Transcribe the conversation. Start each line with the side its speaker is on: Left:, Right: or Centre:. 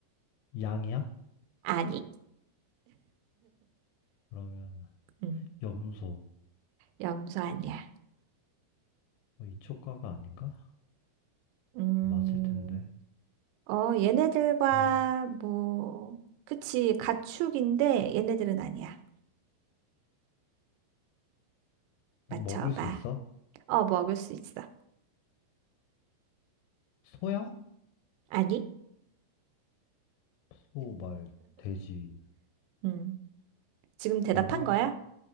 Left: 양이야?
Right: 아니?
Left: 그러면
Right: 음,
Left: 염소
Right: 염소 아니야.
Left: 어, 이쪽가가 아닌가?
Right: 음,
Left: 맞을 텐데.
Right: 어, 얘네들과
Left: 음.
Right: 뭐, 그치, 가축인데 얘네들은 아니야. 맞춰봐.
Left: 뭐 먹을 수 있어?
Right: 어, 먹을 수 있어.
Left: 소야?
Right: 아니?
Left: 소, 말, 돼지.
Right: 음, 지금 대답한
Left: 먹을
Right: 거야?
Left: 수...